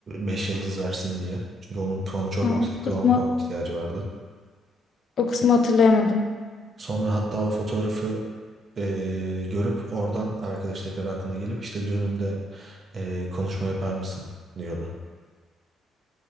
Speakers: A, on the right; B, on the left.
A: 5 yıldız versin diye. Çünkü onun puanı çok
B: Ama
A: yüksekti
B: o kısmı
A: ve 10 puan ihtiyacı vardı.
B: O kısmı hatırlayamadım.
A: Sonra hatta o fotoğrafı e, görüp oradan arkadaş tekrar aklına gelip işte düğünümde e, konuşma yapar mısın diyordu.